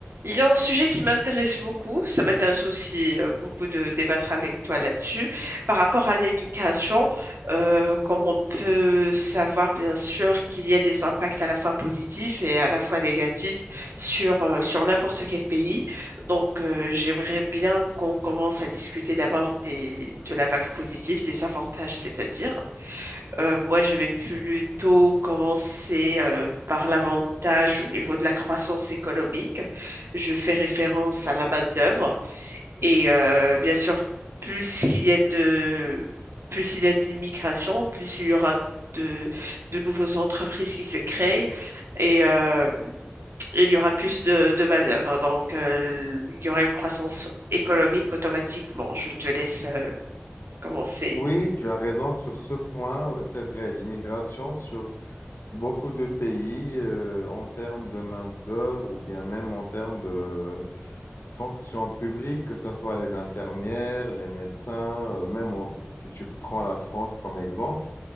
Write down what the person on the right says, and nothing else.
Il y a un sujet qui m'intéresse beaucoup, ça m'intéresse aussi euh, beaucoup de débattre avec toi là-dessus, par rapport à l'immigration, euh, comme on peut savoir bien sûr qu'il y a des impacts à la fois positifs et à la fois négatifs sur, euh, sur n'importe quel pays. Donc euh, j'aimerais bien qu'on commence à discuter d'abord des, de l'impact positif, des avantages, c'est-à-dire. Euh, moi, je vais plutôt commencer euh, par l'avantage au niveau de la croissance économique. Je fais référence à la main-d'œuvre. Et euh, bien sûr, plus qu'il y a de, plus il y a de l'immigration, plus il y aura de, de nouvelles entreprises qui se créent. Et euh, il y aura plus de, de manœuvres. Donc, euh, il y aura une croissance économique automatiquement. Je te laisse euh, commencer.